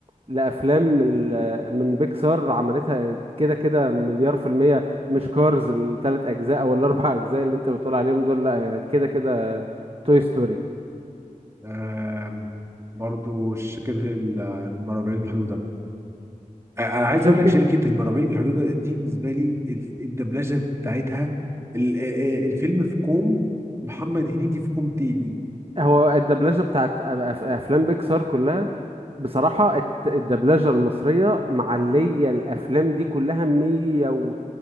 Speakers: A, on the right; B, on the right.
A: لأفلام ال- من بيكسار عملتها كده كده مليار في المية مش كارز التلات أجزاء أو الأربع أجزاء اللي أنت بتقول عليهم دول لأ كده كده توي ستوري
B: آم، برضو شركة ال- المرابعين المحدودة آه، انا عايز
A: شركة
B: اقول لك شركة المرابعين المحدودة دي بالنسبة لي الدبلجة بتاعتها ال- آه، آه، الفيلم في كوم محمد هنيدي في كوم تاني
A: هو الدبلجة بتاعت أف- أفلام بيكسار كلها بصراحة الت- الدبلجة المصرية معلية الأفلام دي كلها مية و